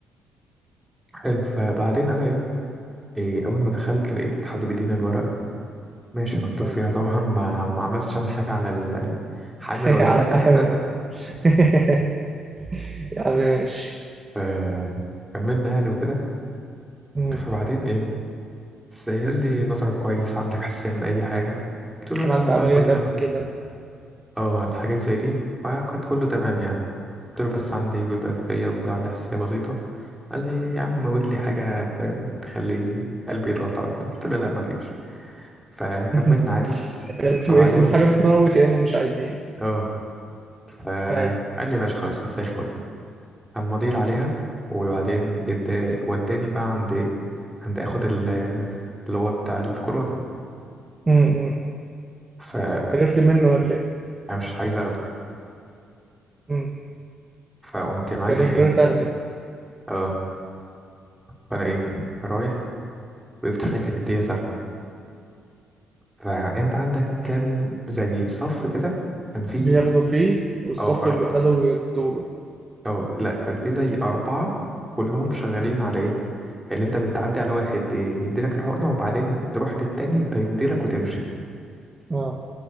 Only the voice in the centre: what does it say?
حلو فبعدين انا ايه إيه اول ما دخلت لقيت حد بيديني الورقه ماشي مكتوب
فيها طبعا ما ما عملتش انا حاجه على ال- حامل
ولا لا <laughs>
فكملنا يعني وكده
فبعدين ايه بس هي اللي نظرك كويس عندك حساسية من أي حاجة قلت له لا
والله
كله تمام
اه الحاجات زي دي وكانت كله تمام يعني قلت له بس عندي جيوب أنفية وكده عندي حساسية بسيطة قال لي يا عم قول لي حاجة فاهم تخلي قلبي يتقطع وكده قلت له لا مفيش فكملنا
عادي فبعدين
اه فقال
لي ماشي خلاص انت زي الفل أما أضيل عليها وبعدين إدا- وداني بقى عند عند اخد ال- اللي هو بتاع الكورونا
فأنا
مش عايز اخده
فقمت يا معلم
ايه
اه فانا ايه رايح وقفت في حته كانت الدنيا زحمه فانت عندك كام زي صف كده كان في
اه أرب...
اه لا كان في زي اربعه كلهم شغالين على ايه اللي انت بتعدي على واحد ي- يديلك الحقنه وبعدين تروح للتاني ده يمديلك وتمشي